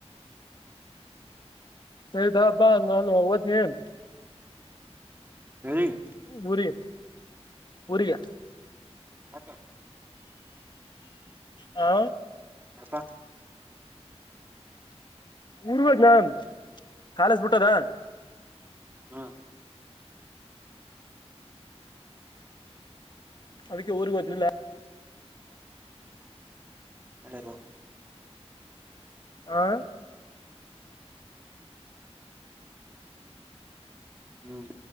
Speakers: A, on the left; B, on the right.
A: ಸಯದಾ ಹಬ್ಬಾ ನಾನು ಹದನಿ ಏನ್.
B: ಹ.
A: ಮುರಿ ಮುರಿಯ.
B: ಹತ.
A: ಹಾ.
B: ಹತ.
A: ಊರ್ವದ್ ನನ್ ಕಾಲೇಜ್ ಬಿಟ್ಟದ.
B: ಹಾ.
A: ಅದಕ್ಕೆ ಉರಿ ಹೊಂಟ್ರಲ್ಲ.
B: ಎಡಮ.
A: ಆ.
B: ಹ್ಮ್.